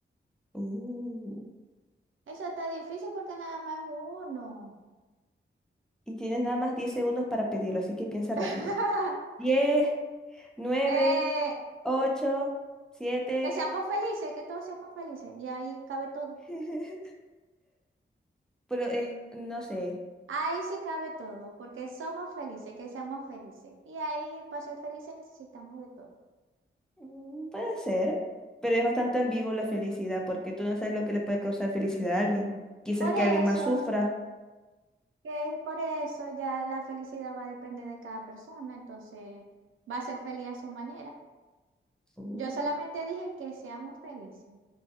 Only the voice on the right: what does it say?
Eso está difícil porque nada más uno.
<laughs>
Eh,
Que seamos felices, que todos seamos felices. Y ahí cabe todo.
Ahí sí cabe todo, porque somos felices, que seamos felices. Y ahí para ser felices necesitamos de todo.
Por
eso,
que por eso ya la felicidad va a depender de cada persona, entonces va a ser feliz a su manera.
Yo solamente dije que seamos felices.